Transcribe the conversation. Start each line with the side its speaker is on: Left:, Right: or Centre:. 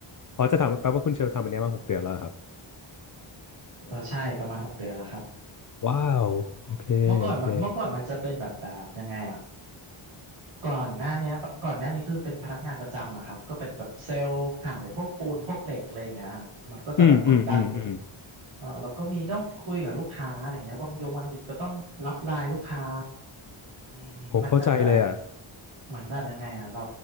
Left: อ๋อจะถามว่าแปลว่าคุณเชลทำอันเนี้ยมาหกเดือนแล้วเหรอครับ
Right: เออใช่ประมาณหกเดือนแล้วครับ
Left: ว้าวโอเคโอเค
Right: เมื่อก่อนมันเมื่อก่อนมันจะเป็นแบบแบบยังไงอ่ะ ก่อนหน้าเนี้ยก่อนหน้านี้คือเป็นพนักงานประจำอะครับก็เป็นแบบเซลล์ขายพวกปูนพวกเหล็กอะไรอย่างเงี้ยครับมันก็จะแบบกอืดดัน
Left: อืมอืมอืมอืม
Right: มเออเราก็มีต้องคุยกับลูกค้าอะไรเงี้ยบางยงบางจุดก็ต้องรับไลน์ลูกค้าอืมมันเป็นแบบ
Left: ผมเข้าใจเลยอ่ะ
Right: เหมือนแบบยังไงอ่ะเรา